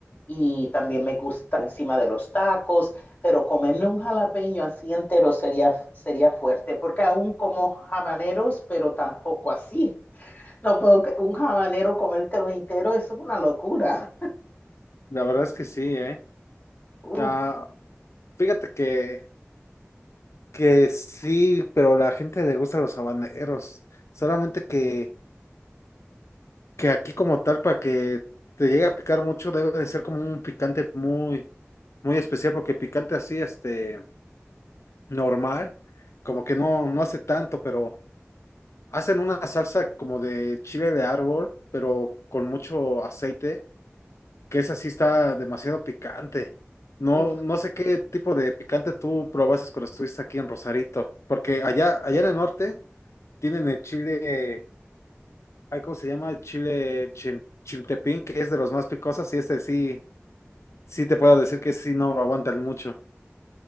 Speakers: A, on the left; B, on the left.
A: y también me gusta encima de los tacos, pero comerme un jalapeño así entero sería, sería fuerte porque aún como habaneros, pero tampoco así. No puedo, que- un habanero comértelo entero, eso es una locura. <laughs>
B: La verdad es que sí, ¿eh?
A: Uf,
B: Ah, fíjate que, que sí, pero la gente le gusta los habaneros. Solamente que, que aquí como tal para que te llegue a picar mucho debe de ser como un picante muy, muy especial porque picante así, este... normal, como que no, no hace tanto, pero hacen una salsa como de chile de árbol, pero con mucho aceite, que esa sí está demasiado picante. No,
A: uf.
B: no sé qué tipo de picante tú probaste cuando estuviste aquí en Rosarito, porque allá, allá en el norte tienen el chile, ay, ¿cómo se llama? El chile chin- chiltepín, que es de los más picosos, y este sí, sí te puedo decir que sí no lo aguantan mucho.